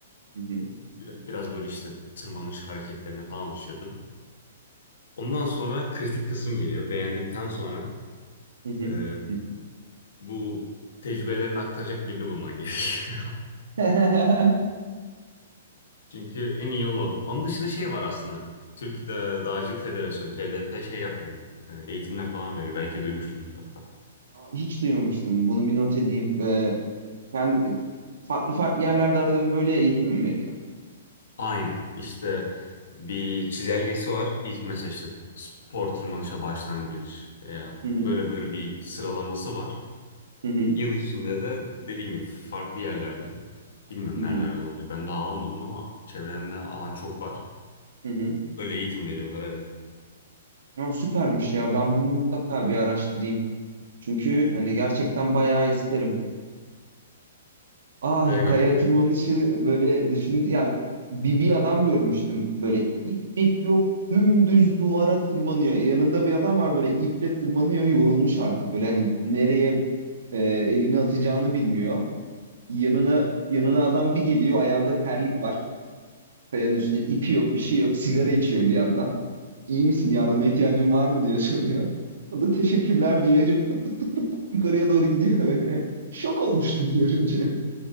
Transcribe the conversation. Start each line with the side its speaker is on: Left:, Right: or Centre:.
Right: Hı hı.
Left: Bir- Biraz böyle işte tırmanış hareketlerine falan alışırdım. Ondan sonra kritik kısım geliyor. Beğendikten sonra
Right: Hı hı.
Left: e,
Right: Hı hı.
Left: bu tecrübelerini aktaracak birini bulman gerekiyor.
Right: <laughs>
Left: <laughs> Çünkü en iyi yolu. Onun dışında şey var aslında. Türkiye Dağcılık Federasyonu, TDF şey yapıyor. E, Eğitimler falan veriyor. Belki duymuşsundur hatta.
Right: Aa, Hiç duymamıştım. Bunu bir not edeyim. Ee, kend- farklı farklı yerlerde arada bir böyle eğitim mi veriyor?
Left: Aynen. İşte bir çizelgesi var. İlk mesela işte spor tırmanışa başlangıç. e,
Right: Hı hı.
Left: Böyle böyle bir sıralaması var.
Right: Hı hı.
Left: Yıl içinde de dediğin gibi farklı yerlerde. Bilmiyorum
Right: Hı hı.
Left: nerelerde oluyor. Ben daha almadım ama çevremde alan çok var.
Right: Hı hı.
Left: Böyle eğitim veriyorlar evet.
Right: Ya süpermiş ya. Ben bunu mutlaka bir araştırayım. Çünkü hani gerçekten bayağı isterim. Ay
Left: Ve
Right: kaya
Left: gayet...
Right: tırmanışı böyle düşün ya bir, bir adam görmüştüm böyle ip ip yok dümdüz duvara tırmanıyor. Yanında bir adam var böyle iple tırmanıyor yorulmuş artık böyle hani nereye e, elini atacağını bilmiyor. Yanına yanına adam bir geliyor ayağında terlik var kayanın üstünde ipi yok bir şey yok sigara içiyor bir yandan. İyi misin yardıma ihtiyacın var mı diye <laughs> soruyor. O da teşekkürler diyor herif pıt pıt pıt pıt pıt yukarıya doğru gidiyor böyle <laughs> Şok olmuştum görünce.